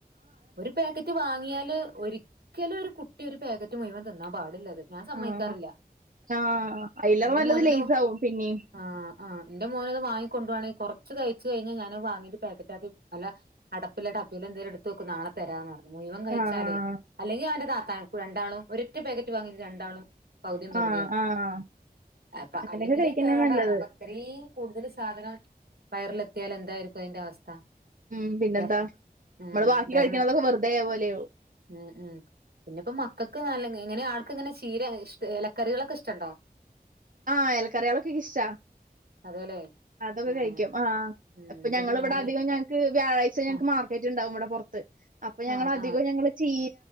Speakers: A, on the right; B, on the right.
A: ഒരു പാക്കറ്റ് വാങ്ങിയാല് ഒരിക്കലും ഒരു കുട്ടി ഒരു പാക്കറ്റ് മുഴവൻ തിന്നാൻ പാടില്ലത് ഞാൻ സമ്മതിക്കാറില്ല
B: ആഹ് ആഹ് അയിലേറെ
A: എന്റെ
B: നല്ലത്
A: മോനത്
B: ലെയ്സാവും പിന്നിം
A: ആ ആ എന്റെ മോനത് വാങ്ങിക്കൊണ്ടു പോവാണെ കുറച്ച് കഴിച്ചു കഴിഞ്ഞാൽ ഞാനതു വാങ്ങിട്ട് പാക്കറ്റാക്കി നല്ല അടപ്പിലാ ടപ്പേലും എന്തേലും എടുത്ത് വെക്കും നാളെ തരാന്ന് പറഞ്ഞു മുഴുവൻ കയിച്ചാലേ
B: ആഹ്
A: അല്ലെങ്കി അവന്റെ ക രണ്ടാളും ഒരൊറ്റ പാക്കറ്റ് വാങ്ങിട്ട് രണ്ടാളും പകുതിയും പകുതിയാക്കി
B: ആഹ് ആഹ്
A: അപ്പൊ
B: അങ്ങനെയൊക്കെ
A: അല്ലെങ്കില്
B: കഴിക്കുന്നേ
A: കേടാണ്
B: നല്ലത്
A: അപ്പൊ അത്രയും കൂടുതൽ സാധനം വയറിലെ എത്തിയാൽ എന്തായിരിക്കും അതിന്റെ അവസ്ഥ
B: ഉം പിന്നെന്താ
A: അതെ ഉം
B: നമ്മള് ബാക്കി
A: ദഹന
B: കഴിക്കണതൊക്കെ വെറുതെ പോലെയാവും
A: ഉം ഉം പിന്നിപ്പോ മക്കൾക്ക് നല്ല എങ്ങനെ ആൾ ഇങ്ങനെ ചീര ഇ ഇലക്കറികളൊക്കെ ഇഷ്ട്ടണ്ടോ
B: ആ ഇലക്കറികളൊക്കെ ഇഷ്ടാ
A: അതേല്ലേ
B: അതൊക്കെ
A: ഉം
B: കഴിക്കും ആ
A: ഉം
B: ഇപ്പൊ
A: എന്റെ
B: ഞങ്ങളിവിടെ
A: ഒരു മോന്
B: അധികം ഞങ്ങക്ക് വ്യാഴാഴ് ശനിയാഴ്ച ഞങ്ങക്ക്
A: ആഹ്
B: മാർക്കറ്റ് ഉണ്ടാ നമ്മടെ പുറത്ത് അപ്പൊ ഞങ്ങളധികം
A: ആഹ് ആഹ്
B: ഞങ്ങള് ചീ